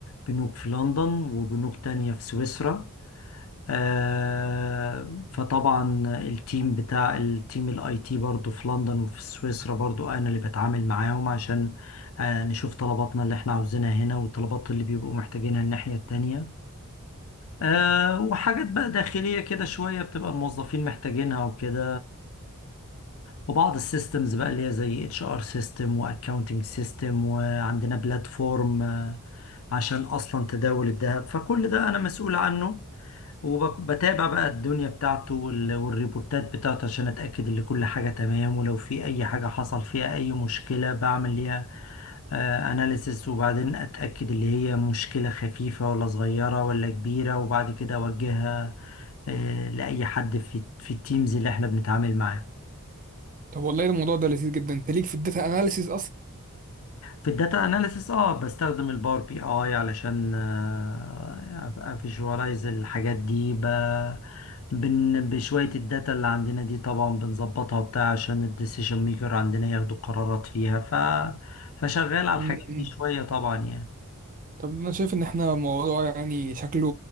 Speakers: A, on the left; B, on the right.
A: بنوك في لندن وبنوك تانية في سويسرا آه، فطبعا التيم بتاع التيم الاي تي برضو في لندن وفي سويسرا برضو انا اللي بتعامل معاهم عشان آه، نشوف طلباتنا اللي احنا عاوزينها هنا والطلبات اللي بيبقوا محتاجينها الناحية التانية آه، وحاجات بقى داخلية كده شوية بتبقى الموظفين محتاجينها وكده وبعض السيستمز بقى اللي هي زي اتش ار سيستم واكاونتنج سيستم وعندنا بلاتفورم آه، عشان اصلا تداول الذهب فكل ده انا مسؤول عنه وبتابع بقى الدنيا بتاعته وال- والريبورتات بتاعته عشان اتاكد ان كل حاجه تمام ولو في اي حاجه حصل فيها اي مشكله بعمل ليها اناليسس وبعدين اتاكد اللي هي مشكله خفيفه ولا صغيره ولا كبيره وبعد كده اوجهها آه، لاي حد في في التيمز اللي احنا بنتعامل معاه
B: طب والله الموضوع ده لذيذ جدا انت ليك في الداتا اناليسيز
A: في الداتا اناليسيس اه بستخدم الباور بي اي علشان آه، افيجواليز الحاجات دي ب... بن... بشوية الداتا اللي عندنا دي طبعا بنظبطها بتاع عشان الديسيشن ميكر عندنا ياخدوا قرارات فيها ف... فشغال على الحاجات
B: اصلا
A: دي شوية طبعا يعني
B: طب انا شايف ان احنا موضوع يعني شكله